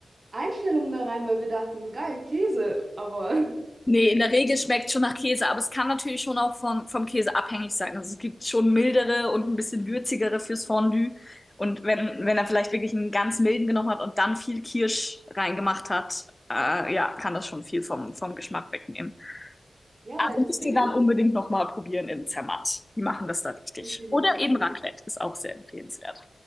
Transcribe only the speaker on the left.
Nee, in der Regel schmeckt schon nach Käse, aber es kann natürlich schon auch vom, vom Käse abhängig sein. Also es gibt schon mildere und ein bisschen würzigere fürs Fondue. Und wenn, wenn er vielleicht wirklich einen ganz milden genommen hat und dann viel Kirsch reingemacht hat, äh, ja, kann das schon viel vom, vom Geschmack wegnehmen.
Also
müsst
ihr dann
unbedingt nochmal probieren im Zermatt. Die machen das da richtig.
Oder eben Raclette ist auch sehr empfehlenswert.